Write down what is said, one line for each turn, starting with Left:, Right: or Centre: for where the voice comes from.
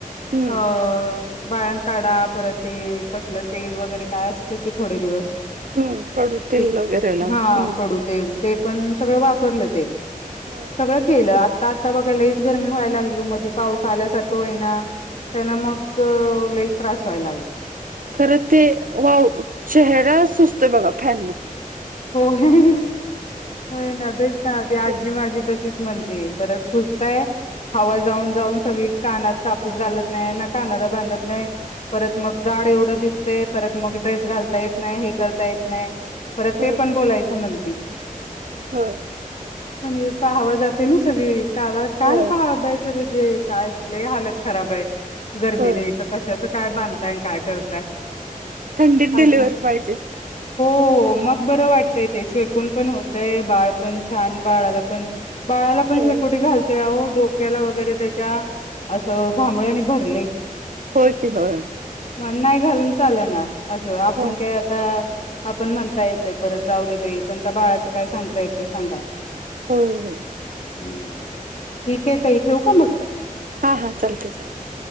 Right: हम्म
Left: अ बाळंत काढा परत ते कसलं तेल वगैरे काय असतं कि थोडे दिवस
Right: हम्म कडू तेल
Left: ते
Right: वगैरे हे लावून.
Left: हा
Right: हम्म,
Left: कडू तेल ते पण सगळं वापरलं ते.
Right: हम्म,
Left: सगळ केलं. आता आता बघा लयच गरमी व्हायला लागली. मध्ये पाऊस आल्यासारखं होईना. त्यांना मग लईच त्रास व्हायला लागल.
Right: खरं ते वा चेहरा सुजतोय बघा फॅनन
Left: होय, होय ना तेच ना ते आजी
Right: हम्म
Left: माझी तशीच म्हणते परत सुजतय हवा जाऊन जाऊन सगळी, कानात कापूस घालत नाही. ना कानाला बांधत नाही. परत मग जाड एवढं दिसते. परत मग ड्रेस घालता येत नाही हे करता येत नाही. परत
Right: होय
Left: ते पण बोलायचं म्हणती.
Right: होय,
Left: म्हणजे, हवा जाते ना सगळी कानाला काय
Right: होय
Left: बांधायचं. म्हणजे काय लय हालत खराब आह. गर्मी
Right: होय
Left: न इथ कशाचं काय बांधताय काय करताय.
Right: थंडीत डिलिव्हरी
Left: आजी हो,
Right: पाहिजे
Left: हो मग बरं वाटतय ते शेकून पण होतय बाळ पण छान बाळाला पण, बाळाला
Right: होय
Left: पण शेकोटी घालत्या अहो डोक डोक्याला वगैरे त्याच्या असं घामोळ्यानि भरलाय.
Right: होय कि होय,
Left: मग नाही घालून चालना. असं आपण
Right: होय
Left: काय आता आपण म्हणता येत, ते परत जाऊ दे बाई पण त्या बाळाचं काय सांगता येत ते सांगा.
Right: होय होय,
Left: हम्म, ठीक आहे ताई ठेवू का मग?
Right: हा हा चालतंय चालतंय.